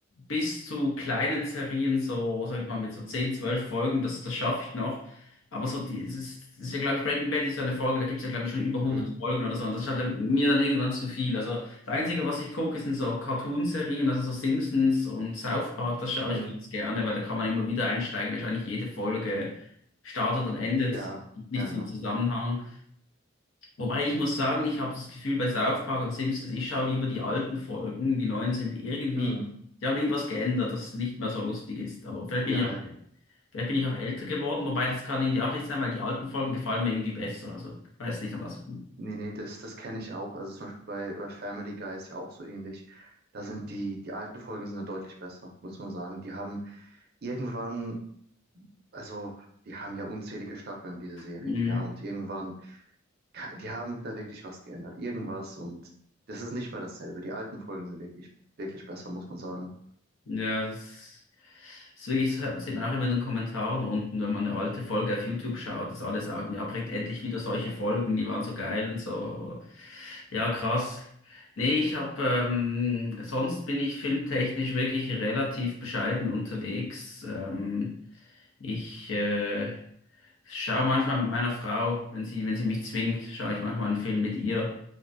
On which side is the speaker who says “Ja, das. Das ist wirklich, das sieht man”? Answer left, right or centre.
Left